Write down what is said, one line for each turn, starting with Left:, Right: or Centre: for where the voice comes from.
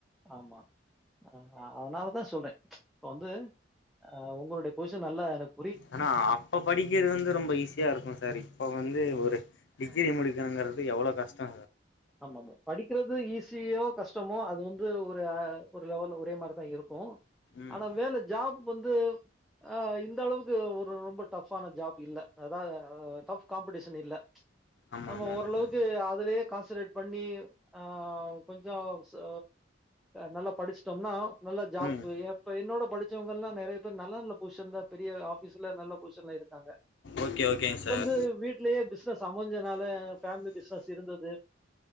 Centre: ஆமா ஆ ஆ அதனாலதா சொல்ற இப்ப வந்து ஆ உங்களுடைய பொசிஷன் நல்லா எனக்
Left: ஆனா அப்ப படிக்கிறது வந்து ரொம்ப ஈஸியா இருக்கு சர் இப்ப வந்து ஒரு டிகிரி
Centre: ஆமா
Left: முடிக்கணுங்கிறது எவ்ளோ கஷ்டோ
Centre: ஆமாமா படிக்கிறது ஈஸியோ கஷ்டமோ அது வந்து ஒரு ஒரு லெவல் ஒரே மாரி தா இருக்கு
Left: ம்
Centre: ஆனா வேல ஜாப் வந்து ஆ இந்த அளவுக்கு ஒரு ரொம்ப டஃபான ஜாப் இல்ல அதா டஃப் காம்படிஷன் இல்ல
Left: ஆமா
Centre: நம்ம
Left: ஆமாங்க
Centre: ஓரளவுக்கு
Left: சார்
Centre: அதுலயே கான்சன்ரேட் பண்ணி ஆ கொஞ்சோ சோ நல்லா படிச்சிட்டோம்னா நல்ல ஜாப்பு
Left: ம்
Centre: அப்ப என்னோட படிச் முடிச்சவங்கல்லா நெறைய பேர் நல்ல நல்ல பொசிஷன்ல பெரிய ஆபீஸ்ல நல்ல பொசிஷன்ல இருக்காங்க
Left: ஓகே ஓகேங்க சர்
Centre: து வீட்லயே பிசினஸ் அமஞ்சனால ஃபேமலி பிஸ்னஸ் இருந்தது